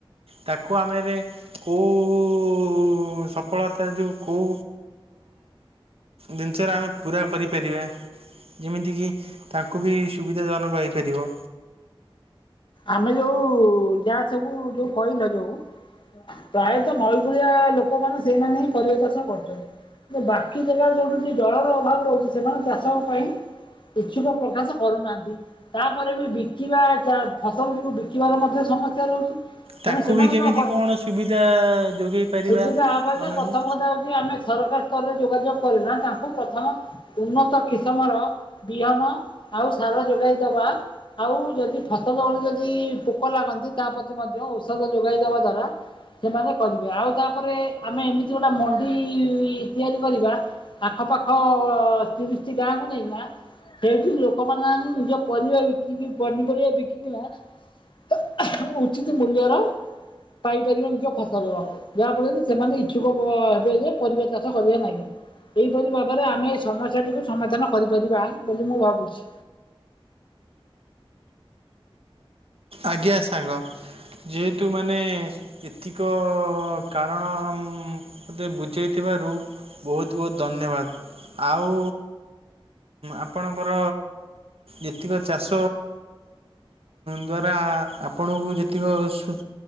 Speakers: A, on the right; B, on the left.
A: ତାକୁ ଆମେ କେଉଁ ସଫଳତା ଯେଉଁ ଜିନିଷରେ ଆମେ ପୁରା କରିପାରିବା। ଯେମିତି କିି ତାଙ୍କୁ ବି ସୁବିଧାଜନକ ହେପାରିବ।
B: ଆମେ ଯୋଉ ଯାହା ସବୁ ଯୋଉ କହିଲ ଯୋଉ ପ୍ରାୟତଃ ନଈକୂଳିଆ ଲୋକମାନେ ସେଇମାନେ ହିଁ ପରିବା ଚାଷ କରୁଛନ୍ତି। କି ବାକି ଜାଗାରେ ଯୋଠୁ ଜଳର ଅଭାବ ରହୁଛି ସେମାନେ ଚାଷ ପାଇଁ ଇଚ୍ଛୁକ ପ୍ରକାଶ କରୁନାହାନ୍ତ। ତାପରେ ବି ବିକିବା ଫସଲଟିକୁ ବିକିବାର ମଧ୍ୟ ସମସ୍ୟା ରହୁଛି।
A: ତାଙ୍କୁ
B: ତଣୁ ସେମାନେ
A: ବି କେମିତି
B: କଣ କ
A: ସୁବିଧା ଯୋଗାଇ ପାରିବା
B: ସେଠାହା
A: ଆମେ
B: ପ୍ରଥମ
A: ବି
B: କଥା ହଉଛି ଆମେ ସରକାର ସ୍ତରରେ ଯୋଗାଯୋଗ ତାଙ୍କୁ ପ୍ରଥମ ଉନ୍ନତ କିସମର ବିହନ ଆଉ ସାର ଯୋଗାଇଦବା ଆଉ ଯଦି ବେଳେ ଯଦି ପୋକ ଲାଗନ୍ତି ତା ପ୍ରତି ମଧ୍ୟ ଔଷଧ ଯୋଗାଇ ଦେବା ଦ୍ଵାରା ସେମାନେ କରିବେ। ଆଉ ତାପରେ ଆମେ ଏମିତି ଗୋଟେ ମଣ୍ଡି ତିଆରି କରିବା ଆଖପାଖ ତିରିଶଟି ଗାଁକୁ ନେଇବା ସେଇଠି ଲୋକମାନେ ନିଜ ପରିବା ବିକିକି ପନିପରିବା ବିକ ଉଚିତ ମୂଲ୍ୟର ପାଇପାରିବା ନିଜ ଫସଲର। ଯାହାଫଳରେ କି ସେମାନେ ଇଚ୍ଛୁକ ହେବେ ଯେ ପରିବା ଚାଷ କରିବା। ନାହିଁ ଏହିଇପରି ଭାବରେ ଆମେ ଏ ସମସ୍ୟାଟିକୁ ସମାଧାନ କରିପାରିବା ବୋଲି ମୁଁ ଭାବୁଛି।
A: ଆଜ୍ଞା ସାଙ୍ଗ ଯେହେତୁ ମାନେ ଏତିକ କାରଣ ମୋତେ ବୁଝେଇଥିବାରୁ ବହୁତ ବହୁତ ଧନ୍ୟବାଦ। ଆଉ ଆପଣଙ୍କର ଯେତିକ ଚାଷ ଦ୍ୱାରା ଆପଣଙ୍କୁ ଯେତିକି